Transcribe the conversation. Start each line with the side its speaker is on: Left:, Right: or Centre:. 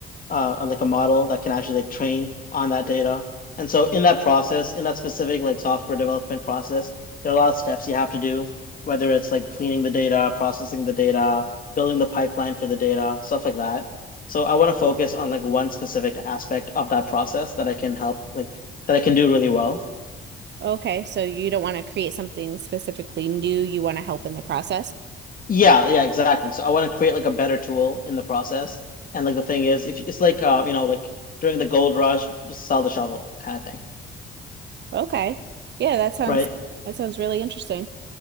Left: uh, like a model that can actually like train on that data. And so in that process, in that specific like software development process, there are a lot of steps you have to do, whether it's like cleaning the data, processing the data, building the pipeline for the data, stuff like that. So I want to focus on like one specific aspect of that process that I can help like that I can do really well.
Right: Okay, so you don't want to create something specifically new, you want to help in the process.
Left: Yeah, yeah, exactly. So I want to create like a better tool in the process. And like the thing is, if it's like uh, you know, like during the gold rush, you sell the shovel kind of thing,
Right: Okay. Yeah, that sounds
Left: right?
Right: that sounds really interesting.